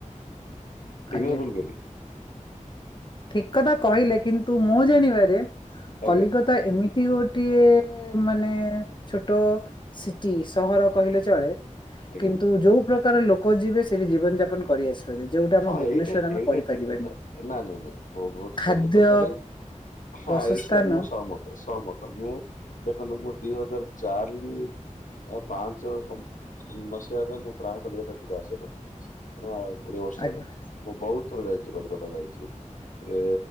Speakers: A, on the left; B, on the left.
A: ଠିକ୍
B: ଆଜ୍ଞା
A: ନା ଭୁଲ କହିଲି।
B: ଠିକ କଥା କହିଲେ କିନ୍ତୁ ମୁଁ ଜାଣିବାରେ
A: ଆଜ୍ଞା
B: କଲିକତା ଏମି ଗୋଟିଏ ମାନେ ଛୋଟ ସିଟି ସହର କହିଲେ ଚଳେ।
A: ଆଜ୍ଞା
B: କିନ୍ତୁ ଯୋଉ ପ୍ରକାର ଲୋକ ଯିବେ ସେଠି ଜୀବନ ଯାପନ କରିଆସିବେ। ଯୋଉଟା ଆମ
A: ହଁ
B: ଭୁବନେଶ୍ୱର
A: ଏଇଟା
B: ଆମେ
A: ଏଇଟା
B: କରିପାରିବାନି।
A: ଠିକ କଥା ନାଇଁ ନାଇଁ ନାଇଁ
B: ଖାଦ୍ୟ
A: କଲିକତାରେ ହଁ
B: ବାସସ୍ଥାନ
A: ଏଇସ ମୁଁ ସହମତ। ସହମତ ମୁଁ ଦେଖନ୍ତୁ ମୁଁ ଦି ହଜାର ଚାରି ଏ ପାଞ୍ଚ ମସିହାରେ ମୁଁ ପ୍ରାୟ କଲିକତା ଯିବା ଆସିବା କରୁଥିଲି। ଆ କୋଡ଼ିଏ ବର୍ଷ ତଳେ।
B: ଆଜ୍ଞା।
A: ମୁଁ ବହୁତ ଥର ଯାଇଛି କଲିକତା ଯାଇଛି। ସେଠି